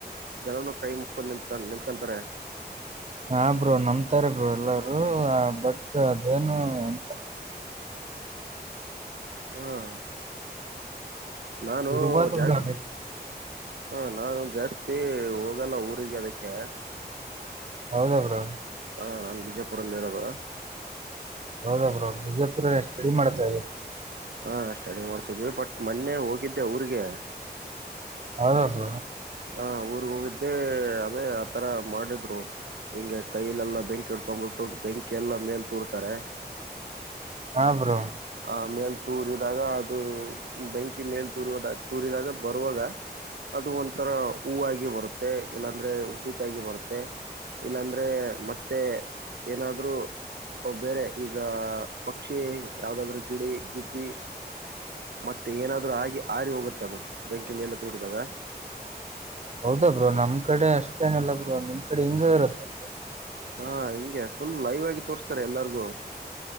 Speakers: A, on the right (about 80°); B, on the right (about 40°).
A: ಜನನುೂ ಕೈ ಮುಕ್ಕೊಂಡ ನಿ ನಿತ್ಕೊಂತಾರೆ
B: ಹಾ ಬ್ರರು ನಮ್ತಾರ ಬರು ಎಲ್ಲಾರೂ ಬಟ್ ಅದೇನು ಎಂತ
A: ಹ್ಮ್ ನಾನು
B: ಇರ್ಬೋದು
A: ಜಾಸ್ತಿ
B: ಬ್ರೋ
A: ಹಾ ನಾನು ಜಾಸ್ತಿ ಹೋಗಲ್ಲ ಊರಿಗೆ ಅದಕ್ಕೆ
B: ಹೌದಾ ಬ್ರೋ
A: ಹ ನಾನ ಬಿಜೆಪು ಲೈರಾಗ
B: ಹೌದಬ್ರ ಬಿಜಾಪುರ ಸ್ಟಡಿ ಮಾಡ್ತಾ ಇದ್ರು
A: ಹಾ ಸ್ಟಡಿ ಮಾಡ್ಸಿದ್ವಿ ಬಟ್ ಮೊನ್ನೆ ಹೋಗಿದ್ದೆ ಅವ್ರಿಗೆ
B: ಹೌದದು
A: ಹಾ ಊರ್ಗ್ ಹೋಗಿದ್ದೆ ಅದೇ ಆತರ ಮಾಡಿದ್ರು ಹಿಂಗೆ ಕೈಯಲೆಲ್ಲಾ ಬೆಂಕಿ ಇಡ್ಕೊಂಡ್ಬಿಟ್ಟು ಬೆಂಕಿ ಎಲ್ಲಾ ಮೇಲ್ ತೂರ್ತಾರೆ
B: ಹಾ ಬ್ರೋ
A: ಆ ಮೇಲ್ ತೂರಿದಾಗ ಅದು ಬೆಂಕಿ ಮೇಲ್ ತೂದ ತೂರಿದಾಗ ಬರುವಾಗ ಅದು ಒಂಥರ ಹೂಗ ಬರುತ್ತೆ ಇಲ್ಲಾಂದ್ರೆ ಹಟತಾಗಿಿ ಬರುತ್ತೆ ಇಲ್ಲಾಂದ್ರೆ ಮತ್ತೆ ಏನಾದ್ರೂ ಬೇರೆ ಈಗ ಪಕ್ಷಿ ಯಾವ್ದಾದ್ರರು ಗಿಡಿ ಗುಬ್ಬಿ ಮತ್ತೆ ಏನಾದ್ರೂ ಆಗಿ ಆರಿ ಹೋಗುತ್ತೆ ಅದು ಬೆಂಕಿ ಮೇಲೆ ತೂರಿದಾಗ
B: ಹೌದಾ ಬ್ರೋ ನಮ್ ಕಡೆ ಅಷ್ಟೇನಿಲ್ಲ ಬ್ರೋ ನಿಮ್ ಕಡೆ ಹಿಂಗ ಇರುತ್ತ ಬ್ರ
A: ಹಾ ಹಿಂಗೆ ಫುಲ್ ಲೈವ್ ಆಗಿ ತೋರ್ಸ್ತಾರೆ ಎಲ್ಲಾರಿಗೂ